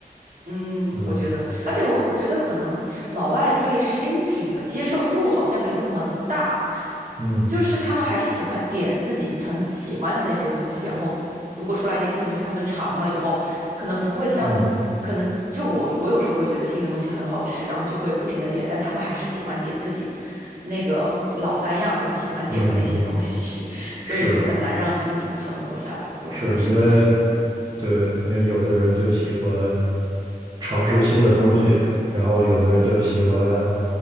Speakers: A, on the right; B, on the right.
A: 嗯，
B: 嗯
A: 我觉得，而且我我觉得可能老外对新品的接受度好像没有这么大，
B: 嗯
A: 就是他们还是喜欢点自己曾喜欢的那些东西，然后如果出来一个新的东西，他们尝了以后，可能不会像，
B: 嗯
A: 可能就我我有时候会觉得新的东西很好吃，然后就会不停的点，但他们还是喜欢点自己那个老三样，就是喜欢点的那些东西，
B: 嗯，
A: <laughs> 所以就很难让新品存活下来，
B: 是
A: 有可能是因为这个原因。
B: 是，因为对，因为有的人就喜欢尝试新的东西，然后有的人就喜欢